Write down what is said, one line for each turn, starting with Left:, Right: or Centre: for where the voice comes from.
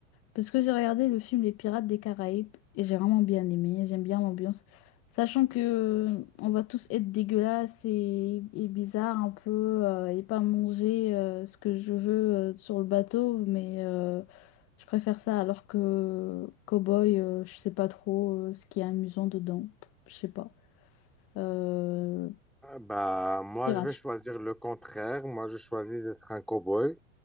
Left: Parce que j'ai regardé le film Les Pirates des Caraïbes et j'ai vraiment bien aimé, j'aime bien l'ambiance. Sachant que euh, on va tous être dégueulasses et, et bizarres un peu euh, et pas manger euh, ce que je veux euh, sur le bateau, mais euh, je préfère ça alors que euh, Cowboy, euh, je sais pas trop euh, ce qui est amusant dedans, je sais pas. Euh,
Centre: Ah, Bah, moi,
Left: Pirate.
Centre: je vais choisir le contraire. Moi, je choisis d'être un cow-boy